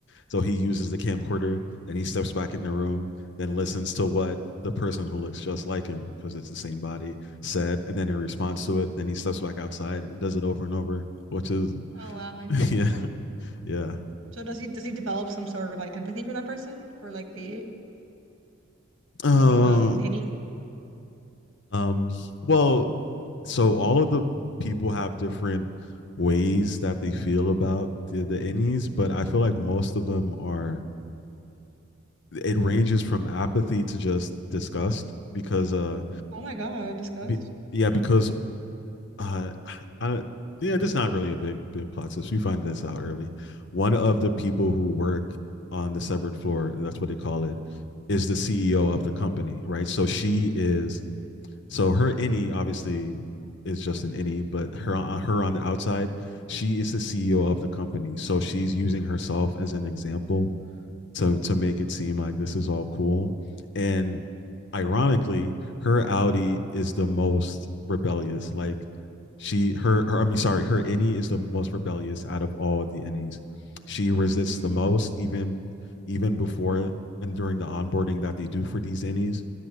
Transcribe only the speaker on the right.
Mm-hmm.
Oh wow, interesting.
So does he does he develop some sort of like empathy for that person for like the
for the um any?
Oh my God, disgust.
Mm-hmm.
Mm.